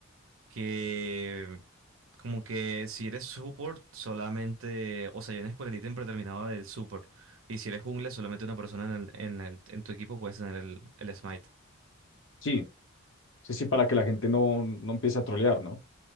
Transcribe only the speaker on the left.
Sí, sí, sí, para que la gente no, no empiece a trolear, ¿no?